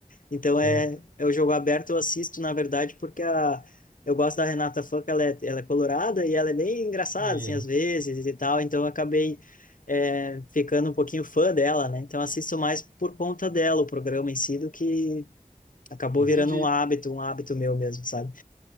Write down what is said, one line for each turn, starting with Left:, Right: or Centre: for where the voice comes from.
Left: Então é,
Right: Certo.
Left: é o jogo aberto, eu assisto, na verdade, porque a, eu gosto da Renata Fã, que ela é, ela é colorada e ela é bem engraçada,
Right: E-
Left: assim, às vezes e tal, então eu acabei é, ficando um pouquinho fã dela, né? Então eu assisto mais por conta dela o programa em si, do que acabou
Right: Entendi.
Left: virando um hábito, um hábito meu mesmo, sabe?